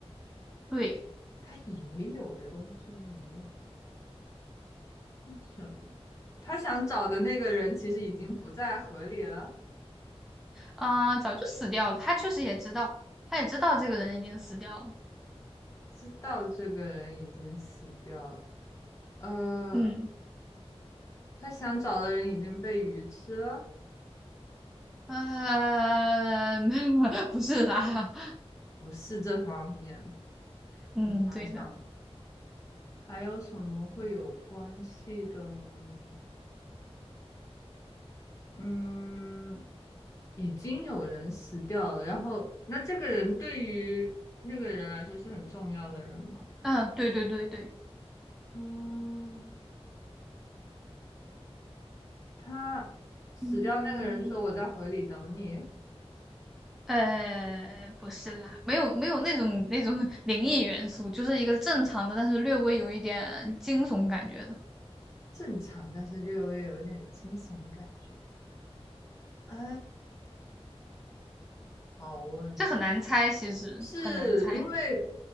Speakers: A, in the centre; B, on the left.
A: 对，
B: 他以为有的东西没有，嗯什么？他想找的那个人其实已经不在河里了。
A: 啊、早就死掉了。他确实也知道，他也知道这个人已经死掉了。
B: 知道这个人已经死掉了，呃，
A: 嗯，
B: 他想找的人已经被鱼吃了，
A: 呃，<laughs> 没不是啦，
B: 不是这方面。
A: 嗯，
B: 我想想，
A: 对的。
B: 还有什么会有关系的呢？嗯，已经有人死掉了，然后那这个人对于那个人来说是很重要的人吗？
A: 嗯，对对对对，
B: 嗯，他死掉那个人说我在河里等你，
A: 嗯，呃，不是啦，没有没有那种那种 <laughs> 灵异元素，就是一个正常的，但是略微有一点惊悚感觉的，
B: 正常，但是略微有一点惊悚感觉。哎，好问，
A: 这很难猜，其实很难猜。
B: 是因为